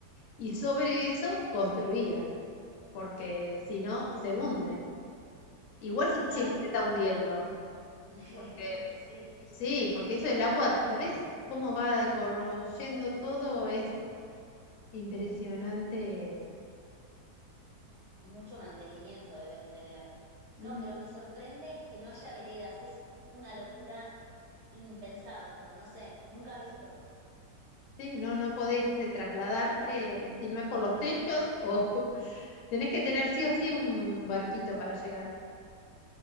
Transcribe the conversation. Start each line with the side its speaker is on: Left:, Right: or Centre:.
Left: y sobre eso construían, porque si no, se hunde. Igual se
Right: Claro,
Left: dicen que se está hundiendo,
Right: <laughs>
Left: porque
Right: sí,
Left: sí, porque eso el agua, ¿sabes? Cómo va corroyendo todo es impresionante.
Right: mucho mantenimiento deben tener. No,
Left: Mm,
Right: pero me sorprende que no haya veredas, es una locura impensado, no sé, nunca visto.
Left: sí, no, no podés eh, trasladarte si no es por los techos o <laughs> tenés que tener sí o sí un barquito para llegar.